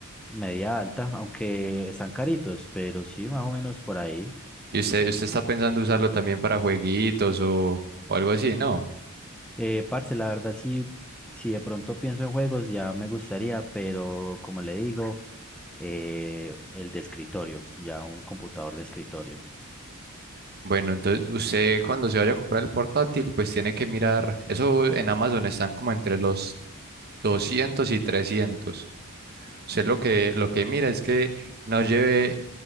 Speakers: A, in the centre; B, on the right (about 45°).
A: media alta, aunque están caritos, pero sí, más o menos por ahí.
B: ¿Y usted, usted está pensando usarlo también para jueguitos o, o algo así? No.
A: Eh, parce, la verdad sí, si de pronto pienso en juegos ya me gustaría, pero como le digo, eh, el de escritorio, ya un computador de escritorio.
B: Bueno, entonces usted cuando se vaya a comprar el portátil, pues tiene que mirar. Eso en Amazon están como entre los 200 y 300. Usted lo que, lo que mira es que no lleve